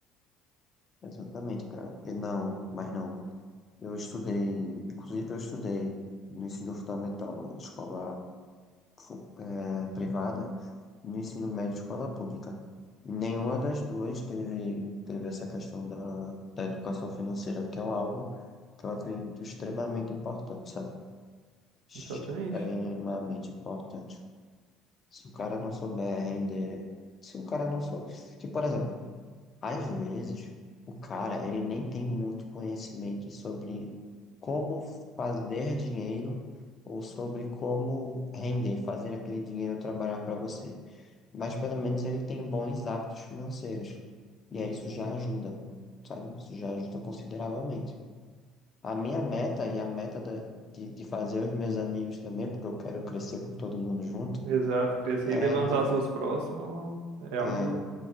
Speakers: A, on the left; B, on the right.
A: exatamente, cara. E não, mas não. Eu estudei, inclusive eu estudei no ensino fundamental, escola fu- eh, privada. no ensino médio, escola pública. E Nenhuma das duas teve, teve essa questão da, da educação financeira, que é um algo que eu acredito extremamente importante, sabe? Extremamente
B: Exatamente.
A: importante. Se o cara não souber render, se o cara não souber. Que, por exemplo, às vezes, o cara, ele nem tem muito conhecimento sobre como fazer dinheiro ou sobre como render, fazer aquele dinheiro trabalhar para você mas pelo menos ele tem bons hábitos financeiros. E aí isso já ajuda, sabe? Isso já ajuda consideravelmente. A minha meta e a meta da- de, de fazer os meus amigos também, porque eu quero crescer com todo mundo junto,
B: Exato. Crescer
A: é
B: e levantar
A: de,
B: seus próximos é algo
A: é,